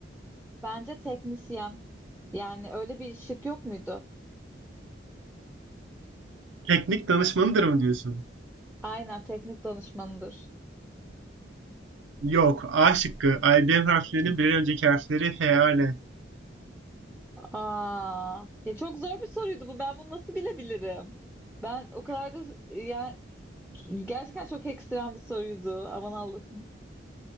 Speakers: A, in the centre; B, on the right.
A: Bence teknisyen. Yani öyle bir şık yok muydu?
B: Teknik danışmanıdır mı diyorsun?
A: Aynen teknik danışmanıdır.
B: Yok. A şıkkı. IBM harflerinin birer önceki harfleri H, A, L.
A: Aa, ya çok zor bir soruydu bu. Ben bunu nasıl bilebilirim? Ben o kadar da yani gerçekten çok ekstrem bir soruydu. Aman Allah'ım.